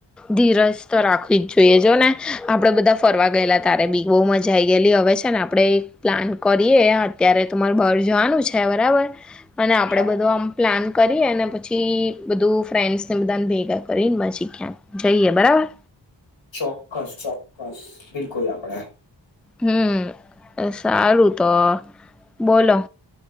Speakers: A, in the centre; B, on the left (about 85°).
A: ધીરજ તો રાખવી જ જોઈએ જો ને આપણે બધા ફરવા ગયેલા ત્યારે પણ બહુ મજા આવી ગયેલી હવે છે ને આપણે એક પ્લાન કરીએ અત્યારે તો માર બાર જવાનું છે બરાબર અને આપડે
B: હા
A: બધો આમ પ્લાન કરીએ અને પછી બધું ફ્રેન્ડ્સને બધાન ભેગા કરીન પછી ક્યાંક જઈએ બરાબર.
B: ચોક્કસ ચોક્કસ બિલકુલ આપડે.
A: હમ સારું તો બોલો.